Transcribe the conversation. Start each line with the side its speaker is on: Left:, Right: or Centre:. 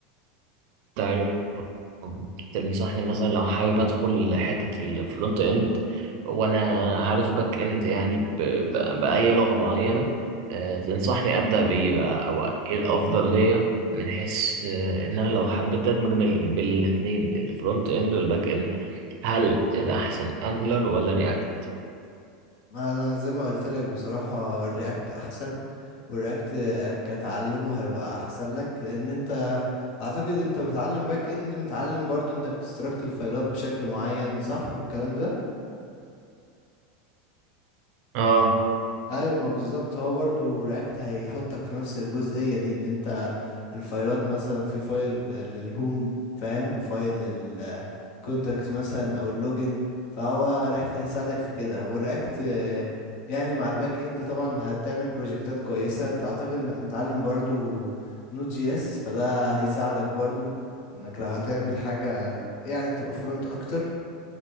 Right: انت تنصحني مثلا لو حابب ادخل حتة الفرونت اند وانا عارف باك اند يعني ب... ب... بأي لغة معينة آه، تنصحني ابدأ بايه بقى او ايه الافضل ليا من حيث آه، ان انا لو حبيت ادمج بال- بين الاتنين الفرونت اند والباك اند هل الاحسن انجلر ولا رياكت
Left: انا زي ما قلت لك بصراحة الرياكت احسن والرياكت كتعلمه هيبقى احسن لك لان انت اعتقد انت متعلم باك اند متعلم برضو انك تستركت الفايلات بشكل معين صح والكلام ده
Right: اه
Left: ايوه ما بالظبط هو برضو رياكت هيحطك في نفس الجزئية دي ان انت الفايلات مثلا في فايل للهوم فاهم وفايل لل كونتاكت مثلا او اللوجن فهو رياكت هيساعدك في كده والرياكت آه، يعني مع الباك اند طبعا هتعمل بروجكتات كويسة انت اعتقد انك متعلم برضو نود جي اس فده هيساعدك برضو انك لو هتعمل حاجة يعني تبقى فرونت اكتر